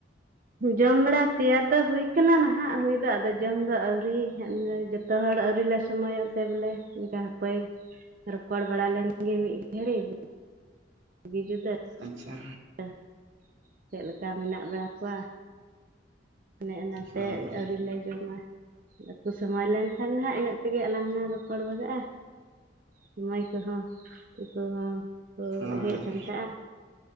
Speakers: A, on the right; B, on the right.
A: ᱡᱚᱢ ᱵᱟᱲᱟ ᱛᱮᱭᱟᱨ ᱫᱚ ᱦᱩᱭ ᱠᱟᱱᱟ ᱱᱟᱦᱟᱜ ᱦᱩᱭ ᱫᱚ ᱟᱫᱚ ᱡᱚᱢ ᱫᱚ ᱟᱣᱨᱤ ᱾ ᱡᱚᱛᱚ ᱦᱚᱲ ᱟᱹᱣᱨᱤ ᱞᱮ ᱥᱚᱢᱚᱭᱚᱜ ᱛᱮ ᱵᱚᱞᱮ ᱤᱱᱠᱟ ᱦᱟᱯᱳᱭ ᱨᱚᱯᱚᱲ ᱵᱟᱲᱟ ᱞᱮᱱ ᱜᱮ ᱢᱤᱫ ᱜᱷᱟᱹᱲᱤᱡ <unintelligible>
B: ᱟᱪᱪᱷᱟ
A: <unintelligible> ᱪᱮᱫ ᱞᱮᱠᱟ ᱢᱮᱱᱟᱜ ᱵᱟᱲᱟ ᱠᱚᱣᱟ ᱚᱱᱮ ᱚᱱᱟᱛᱮ
B: ᱦᱮᱸ
A: ᱟᱹᱣᱨᱤ ᱞᱮ ᱡᱚᱢᱟ ᱵᱟᱹᱠᱩ ᱥᱚᱢᱚᱭ ᱞᱮᱱᱠᱷᱟᱱ ᱱᱟᱜ ᱤᱱᱟᱹᱜ ᱛᱮᱜᱮ ᱟᱞᱟᱝ ᱦᱚᱞᱟᱝ ᱨᱚᱯᱚᱲ ᱵᱷᱟᱜᱟᱜ-ᱟ ᱥᱚᱢᱚᱭ ᱠᱚᱦᱚᱸ ᱩᱱᱠᱩ ᱠᱚᱦᱚᱸ ᱠᱚ
B: ᱦᱮᱸ
A: ᱦᱮᱡ ᱥᱟᱢᱴᱟᱜ-ᱟ